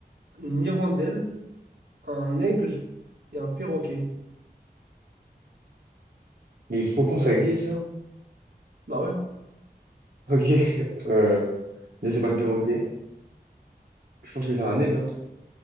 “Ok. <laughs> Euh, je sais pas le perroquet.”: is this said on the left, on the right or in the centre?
Right